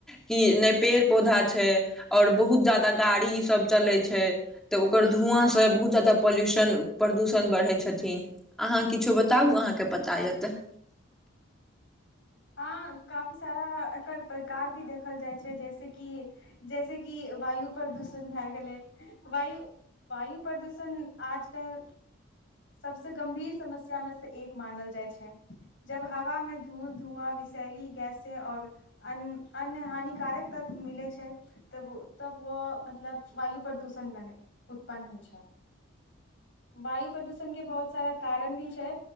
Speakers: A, in the centre; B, on the left.
A: कि ने पेड़ पौधा छै और बहुत जादा गाड़ी ई सब चलै छै तऽ ओकर धुआँ से बहुत जादा पॉल्यूशन प्रदूषण बढ़ै छै थिन अहाँ किछो बताउ अहाँके पता यऽ तऽ
B: हँ काफी सारा एकर प्रकार भी देखल जाय छै जैसे कि जैसे कि वायु प्रदूषण भए गेलै वायु वायु प्रदूषण आज कल सबसे गंभीर समस्या मे से एक मानल जाइ छै जब हवा में धूल धुआ विषैली गैस और अन्य अन्य हानिकारक तत्व मिले छै तब तब व मतलब वायु प्रदूषण बने उत्पन्न होइ छै वायु प्रदूषण के बहुत सारा कारण भी छै